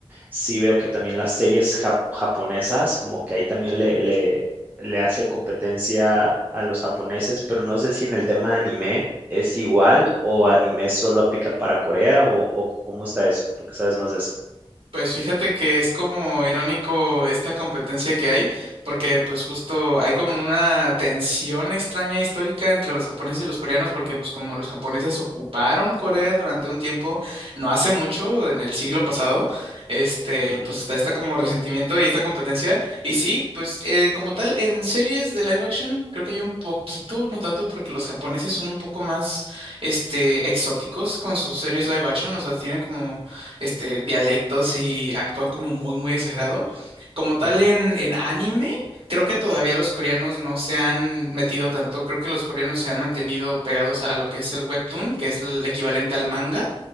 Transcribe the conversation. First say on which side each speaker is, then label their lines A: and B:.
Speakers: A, on the right; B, on the right.
A: sí veo que también las series jap- japonesas, como que ahí también le, le, le hace competencia a los japoneses, pero no sé si en el tema de anime es igual o anime solo aplica para Corea o, o cómo está eso, tú que sabes más de eso.
B: Pues fíjate que es como irónico esta competencia que hay, porque pues justo hay como una tensión extraña histórica entre los japoneses y los coreanos, porque pues como los japoneses ocuparon Corea durante un tiempo, no hace mucho, en el siglo pasado, este,
A: Ujú,
B: pues está esta como resentimiento y esta competencia. Y sí, pues eh, como tal, en series de live action creo que hay un poquito, no tanto porque los japoneses son un poco más, este, exóticos con sus series live action, o sea, tienen como este, dialectos y actúan como muy, muy exagerado. Como tal
A: ujú,
B: en, en anime, creo que todavía los coreanos no se han metido tanto. Creo que los coreanos se han mantenido pegados a lo que es el webtoon, que es el equivalente al manga,